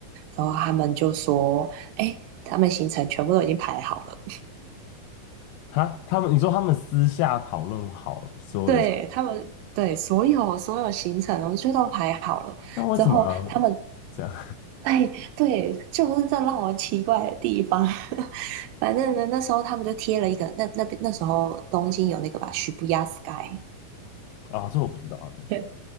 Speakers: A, on the right; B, on the left.
A: 然后他们就说：“哎，他们行程全部都已经排好了。”
B: 哈，他们你说他们私下讨论好了所有的事，
A: 对，他们对所有所有行程我哦，就都排好了。
B: 但为什么要
A: 之后他们
B: 这样？
A: 对对，就是这让我奇怪的地方。<laughs> 反正呢，那时候他们就贴了一个，那那边那时候东京有那个吧，许不亚 Sky，
B: <laughs> 啊、这我不知道哎、
A: 对，